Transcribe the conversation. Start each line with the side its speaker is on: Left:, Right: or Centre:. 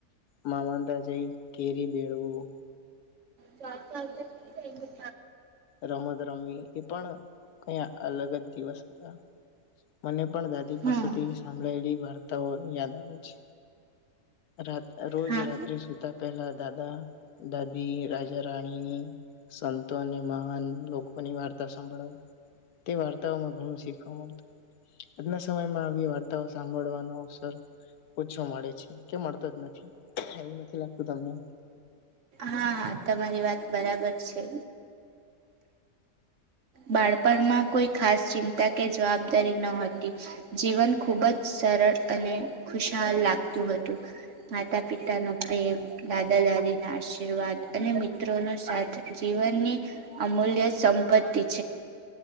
Left: મામા તા જેઈ કેરી બ બેડવું.
Right: ચાલ ચાલ <inaudible>
Left: રમત રમી એ પણ કઇક અલગ જ દિવસ હતા મને પણ દાદી
Right: હા
Left: પાસેથી
Right: હા
Left: સાંભળાયેલી વાત તા યાદ આવે છે. રા રોજ
Right: હા
Left: રાત્રે સુતા પેલા દાદા દાદી રાજા રાણીની સંતો અને મહાન લોકોની વાર્તા સાભળાવ તે વાર્તાઓમાં ઘણું શીખવા મળતું આજના સમયમાં આવી વાર્તાઓ સાંભળવાનો અવસર પૂછવા મળે છે કે મળતો જ નથી એવું નથી લાગતું તમને
Right: હા હા તમારી વાત બરાબર છે. બાળપણમાં કોઈ ખાસ ચિંતા કે જવાબદારી ન હતી જીવન ખૂબ જ સરળ અને ખુશહાલ લાગતું હતું માતા પિતાનો પ્રેમ દાદા દાદીના આશીર્વાદ અને મિત્રોનો સાથે જીવનની અમૂલ્ય સંપત્તિ